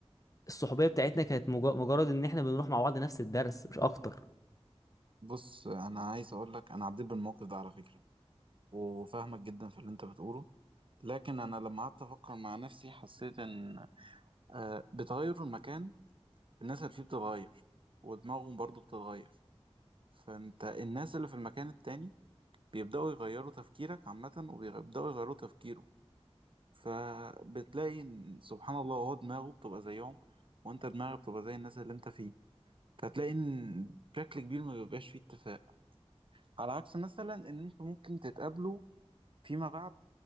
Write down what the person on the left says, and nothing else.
الصحوبية بتاعتنا كانت مجا- مجرد ان احنا بنروح مع بعض نفس الدرس مش اكتر